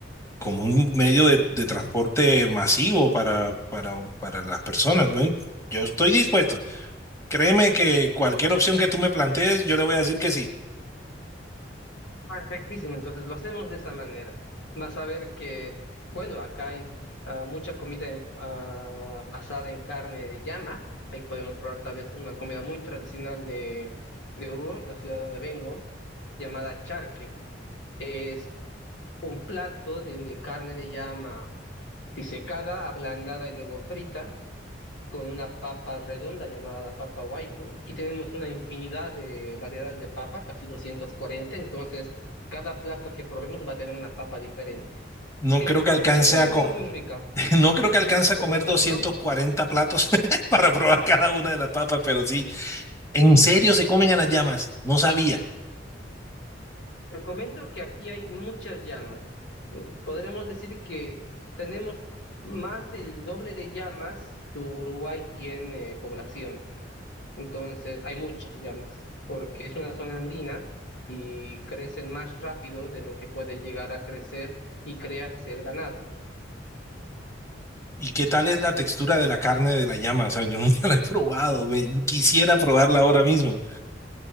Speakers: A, on the left; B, on the left.
A: como un medio de, de transporte masivo para, para, para las personas. Bueno, yo estoy dispuesto. Créeme que cualquier opción que tú me plantees, yo le voy a decir que sí.
B: Perfectísimo, entonces lo hacemos de esa manera. Vas a ver que, bueno, acá hay ah, mucha comida en- ah, basada en carne de llama. Ahí podemos probar tal vez una comida muy tradicional de, de Oruro, la ciudad de donde vengo, llamada charque. Es un plato de carne de llama disecada, ablandada y luego frita con una papa redonda llamada la papa waiku. Aquí tenemos una infinidad de variedades de papa, casi 240, entonces cada plato que probemos va a tener una papa diferente.
A: No
B: Es,
A: creo que alcance
B: es, es una
A: a,
B: comida
A: co-
B: muy rica
A: <laughs> No creo que alcance
B: a
A: a
B: comer
A: comer
B: tanto.
A: 240 platos <laughs> para probar cada una de las papas, pero sí, en serio se comen a las llamas, no sabía.
B: Te comento que aquí hay muchas llamas. Podríamos decir que tenemos más del doble de llamas que Uruguay tiene población. Entonces, hay muchas llamas, porque es una zona andina y crecen más rápido de lo que puede llegar a crecer y crearse el ganado.
A: ¿Y qué tal es la textura de la carne de la llama? O sea, yo <laughs> nunca la he probado, me- quisiera probarla ahora mismo.